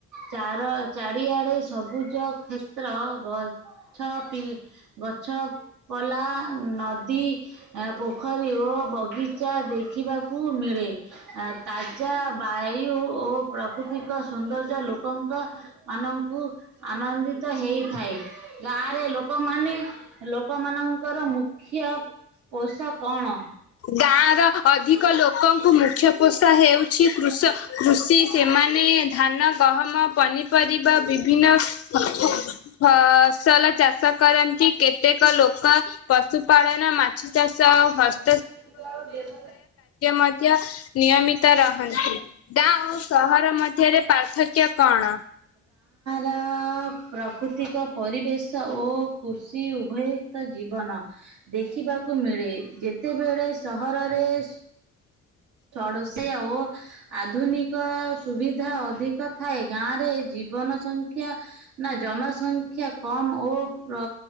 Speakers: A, on the right (about 80°); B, on the left (about 50°).
A: ଚାର ଚାରିଆଡେ ସବୁଜ କ୍ଷେତ୍ର ଗ ଠ ପିଲ୍। ଗଛ ପଲା ନଦୀ, ପୋଖରୀ ଓ ବଗିଚା ଦେଖିବାକୁ ମିଳେ। ତାଜା ବାଇ ଓ ପ୍ରକୃତିକ ସୌନ୍ଦର୍ଯ୍ୟ ଲୋକଙ୍କ ମାନଙ୍କୁ ଆନନ୍ଦିତ ହେଇଥାଏ। ଗାଁରେ ଲୋକ ଲୋକମାନେ ଲୋକମାନଙ୍କର ମୁକ୍ ମୁଖ୍ୟ ପୋଷ କଣ?
B: ଗାଁ ର ଅଧିକ ଲୋକଙ୍କୁ ମୁଖ୍ୟ ପୋଷା ହେଉଛି କୃଷ, କୃଷି ସେମାନେ ଧାନ, ଗହମ, ପନିପରିବା ବିଭିନ୍ନ ଫ-ଫ ଫସଲ ଚାଷ କରନ୍ତି। କେତେକ ଲୋକ ପଶୁପାଳନ, ମାଛ ଚାଷ ଆଉ ହସ୍
A: ଗାଁର ଅ
B: ମଧ୍ୟ ନିୟମିତ ରହନ୍ତି। ଗାଁ ଓ ସହର ମଧ୍ୟରେ ପାର୍ଥକ୍ୟ କଣ?
A: ଅ। ପ୍ରକୃତିକ ପରିବେଶ ଓ କୃଷି ଉଭୟିତ ଜୀବନ। ଦେଖିବାକୁ ମିଳେ। ଯେତେବେଳେ ସହରରେ ସୁ ଥଡ଼ସ ଓ ଆଧୁନିକ ସୁବିଧା ଅଧିକ ଥାଏ। ଗାଁ ରେ ଜୀବନ ସଂଖ୍ୟା, ନା ଜନସଂଖ୍ୟା କମ୍ ଓ ପ୍ର